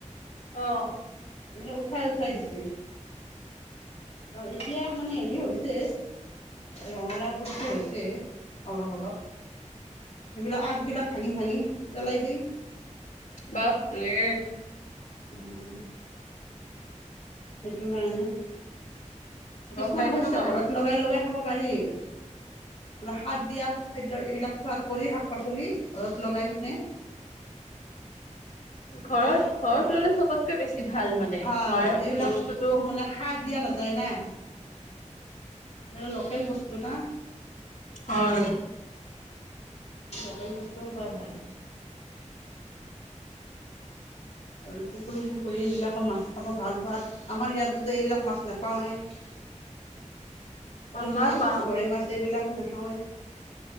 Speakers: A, on the left (about 75°); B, on the left (about 55°).
A: অঁ!
B: এইবিলাক উঠাই-উঠাই দিছে। অঁ এতিয়া মানে হেৰি হৈছে। ৰঙালাও পুলিটো হৈছে অলপ-অলপ। সেইবিলাক আগবিলাক ভাঙি-ভাঙি পেলাই দেই।
A: বাপৰে।
B: অঁ! সেইটো কাৰণে।
A: গম
B: কিছুমান
A: পাইছো
B: শস্য
A: মই।
B: ঘৰত লগাই-লগাই খাব পাৰি। সাৰ দিয়া খাদ্য এইবিলাক খোৱাদ কৰি শাক-পাচলি ঘৰত লগাই কিনে।
A: ঘৰৰ-ঘৰত
B: ঘৰত
A: ল'লে চবতকে বেছি ভাল মানে।
B: ভাল
A: তোমাৰ
B: এইবিলাকটো
A: বস্তুটো
B: মানে সাৰ দিয়া নাযায় না। সেইটো লোকেল বস্তু না?
A: হয়।
B: লোকেল বস্তুৱে খোৱাই ভাল। আৰু পুখুৰী-চুখুৰী এইবিলাকৰ মাছ খাব ভাল পোৱাত, আমাৰ ইয়াতেতো এইবিলাক মাছ নেপাওঁয়ে। শ'ল
A: আমাৰ
B: মাছ,
A: বা
B: গৰৈ মাছ এইবিলাকো নেখাওঁৱেই।